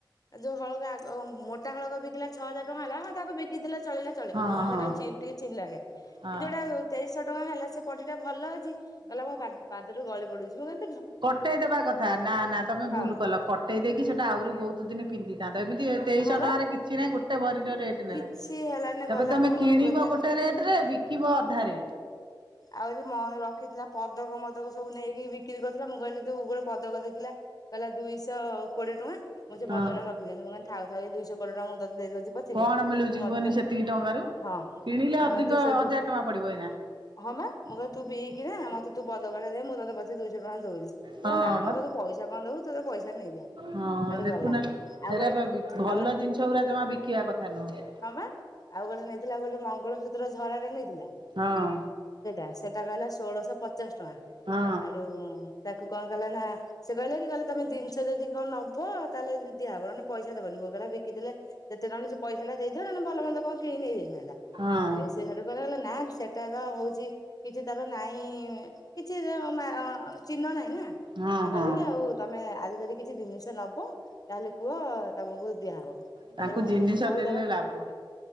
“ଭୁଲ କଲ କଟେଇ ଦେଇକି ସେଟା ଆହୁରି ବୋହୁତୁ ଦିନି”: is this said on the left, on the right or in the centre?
Right